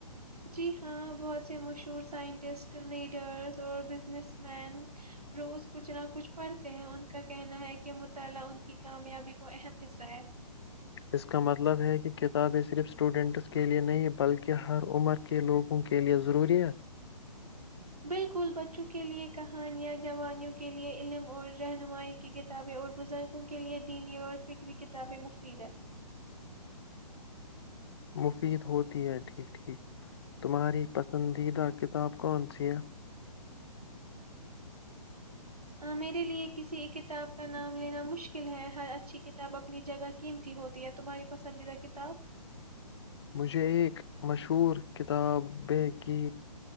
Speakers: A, on the right (about 70°); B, on the left (about 40°).
A: جی ہاں بہت سے مشہور سائنٹسٹ لیڈرس اور بزنس مین روز کچھ نہ کچھ پڑھتے ہیں ان کا کہنا ہے کہ مطالعہ ان کی کامیابی کو اہم حصہ ہے
B: اس کا مطلب ہے کہ کتابیں صرف اسٹوڈنٹس کے لیے نہیں بلکہ ہر عمر کے لوگوں کے لیئے ضروری ہے
A: بالکل بچوں کیلئے کہانیاں جوانیوں کیلئے علم اور رہنمائی کی کتابیں اور بزرگوں کےلئے دینی اور فکری کتابیں مفید ہے
B: مفید ہوتی ہے ٹھیک ٹھیک تمہاری پسندیدہ کتاب کون سی ہے
A: آ میرے لیے کسی کتاب کا نام لینا مشکل ہے ہر اچھی کتاب اپنی جگہ قیمتی ہوتی ہے تمہاری پسندیدہ کتاب
B: مجھے ایک مشہور کتاب کی